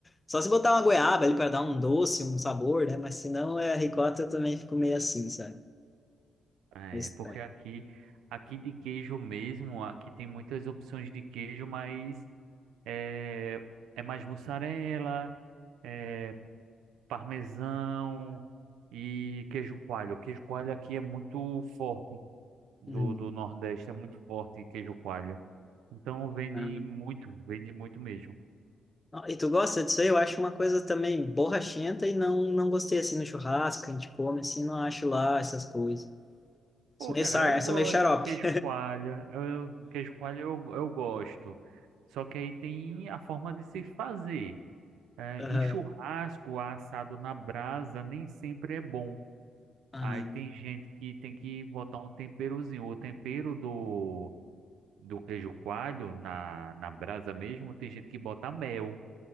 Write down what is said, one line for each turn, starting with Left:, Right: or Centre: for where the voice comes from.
Left: Só se botar uma goiaba ali para dar um doce, um sabor, né? Mas se não é ricota, eu também fico meio assim, sabe?
Right: É,
Left: Meio estranho.
Right: porque aqui, aqui de queijo mesmo, aqui tem muitas opções de queijo, mas é, é mais mussarela, é parmesão e queijo coalho. Queijo coalho aqui é muito forte, do,
Left: Uhum.
Right: do Nordeste é muito forte queijo coalho. Então vende
Left: Ah, não.
Right: muito, vende muito mesmo.
Left: E tu gosta disso aí? Eu acho uma coisa também borrachenta e não, não gostei assim no churrasco, que a gente come assim, não acho lá essas coisas.
Right: Pô,
Left: Sou meio,
Right: cara,
Left: sar,
Right: eu gosto
Left: sou meio xarope.
Right: de queijo coalho. Eu, queijo coalho eu, eu gosto. Só que aí tem a forma de se fazer. É,
Left: <laughs>
Right: em
Left: Aham.
Right: churrasco, assado na brasa, nem sempre é bom.
Left: Aham.
Right: Aí tem gente que tem que botar um temperozinho. O tempero do, do queijo coalho na, na brasa mesmo, tem gente que bota mel.